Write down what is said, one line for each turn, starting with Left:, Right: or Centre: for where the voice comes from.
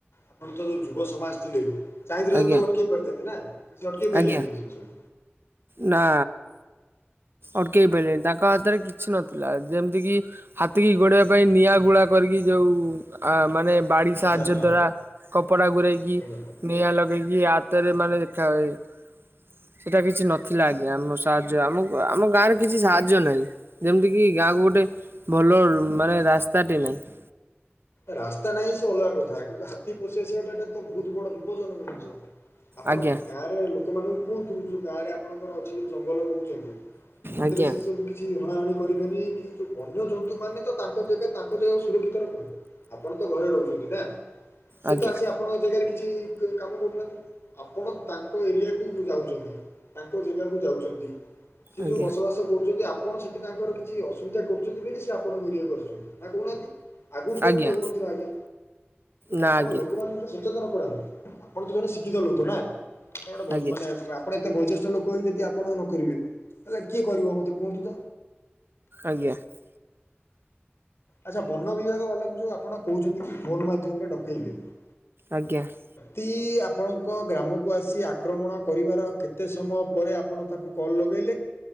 Left: ଆପଣ ତ ଯୁବ ସମାଜ ଥିଲେ ଚାହିଁଥିଲେ
Right: ଆଜ୍ଞା
Left: ତ ଅଟକେଇ ପାରିଥାନ୍ତେ ନା? ସିଏ ଅଟକେଇ ପାଇଲେନି
Right: ଆଜ୍ଞା
Left: ଏଇ ଜିନିଷ କୁ।
Right: ନା ଅଟକେଇ ପାରିଲଣିି ତାଙ୍କ ହାତରେ କିଛି ନଥିଲା ଯେମିତି କିି ହାତୀ କି ଗୋଡେଇବା ପାଇଁ ନିଆଁ ଗୁଳା କଲେ <unintelligible> ଯୋଉ ଆ ମାନେ ବାଡ଼ି ସାହାଯ୍ୟ
Left: ଆଚ୍ଛା ହଁ
Right: ଦ୍ଵାରା କପଡ଼ା ଗୁରେଇକି
Left: ଆଜ୍ଞା
Right: ନିଆଁ ଲଗେଇକି ଆ ଭିତରେ ମାନେ ଦେଖା ହୁଏ ସେଇଟା କିଛି ନଥିଲା ଆଜ୍ଞା ଆମ ସାହାଯ୍ୟ ଆମକୁ ଆମ ଗାଁରେ କିଛି ସାହାଯ୍ୟ ନାଇଁ ଯେମିତି କିି ଗାଁକୁ ଗୋଟେ ଭଲ ମାନେ ରାସ୍ତାଟେ ନାଇଁ। ହ ।
Left: ରାସ୍ତା ନାହିଁ ସେ ଅଲଗା କଥା କିନ୍ତୁ ହାତୀ ପଶିଆସିବା ଟା ତ ବହୁତ ବଡ ବିପଦ ଜନକ ଜିନିଷ । ଆପଣ
Right: ଆଜ୍ଞା
Left: ଗାଁରେ ଲୋକମାନଙ୍କୁ କୁହନ୍ତୁ ଯୋଉ ଗାଁ ରେ ଆପଣଙ୍କର ଅଛି ଯୋଉ ଜଙ୍ଗଲ କୋଉ ସେଥିରେ
Right: ଆଜ୍ଞା
Left: ସେ ସବୁ କିଛି ହଣାହଣି କରିବେନି କି ଯୋଉ ବନ୍ୟଜନ୍ତୁ ମାନେ ତ ତାଙ୍କ ଜାଗା ତାଙ୍କ ଜାଗା ସୁରକ୍ଷିତ ରଖନ୍ତୁ। ଆପଣ ତ ଘରେ ରହୁଚନ୍ତି ନା ସେ
Right: ଆଜ୍ଞା
Left: ତ ଆସି ଆପଣଙ୍କ ଜେଗାରେ କିଛି କି କ-କାମ କରୁନାନ୍ତି ।ଆପଣ ତାଙ୍କ ଏରିଆକୁ ଯାଉଚନ୍ତି ତାଙ୍କ ଜେଗାକୁ ଯାଉଚନ୍ତି। ସେ
Right: ଆଜ୍ଞା
Left: ଯୋଉ ବସବାସ କରୁଛନ୍ତି ଆପଣ ସେଠି ତାଙ୍କର କିଛି ଅସୁବିଧା କରୁଚନ୍ତି ବୋଲି ସିଏ ଆପଣଙ୍କ ଏରିଆକୁ ଆସୁଚନ୍ତି ନା କହୁନାହାନ୍ତି ଆଗରୁ ତ
Right: ଆଜ୍ଞା
Left: ହଉନଥିଲା ଆଜ୍ଞା
Right: ନା
Left: ଆପଣ
Right: ଆଜ୍ଞା
Left: ଲୋକମାନଙ୍କୁ ସଚେତନ କରାନ୍ତୁ । ଆପଣ ଯୋଉ ମାନେ ଶିକ୍ଷିତ ଲୋକ ନା ଆପଣ ଗୋଟେ ଭୋ
Right: ଆଜ୍ଞା
Left: ମାନେ ବା ଆପଣ ଏତେ ବୟଜ୍ୟେଷ୍ଠ ଲୋକ ହେଇ ଯଦି ଆପଣ ନ କରିବେ ତାହେଲେ କିଏ କରିବ ମୋତେ କୁହନ୍ତୁ ତ?
Right: ଆଜ୍ଞା ।
Left: ଆଚ୍ଛା ବନ ବିଭାଗ ବାଲାକୁ ଯୋଉ ଆପଣ କଉଚନ୍ତି କି ଫୋନ ମାଧ୍ୟମରେ ଡକେଇଲେ ।
Right: ଆଜ୍ଞା ।
Left: ଦି ଆପଣଙ୍କ ଗ୍ରାମକୁ ଆସି ଆକ୍ରମଣ କରିବାର କେତେ ସମୟ ପରେ ଆପଣ ତାଙ୍କୁ କଲ୍ ଲଗେ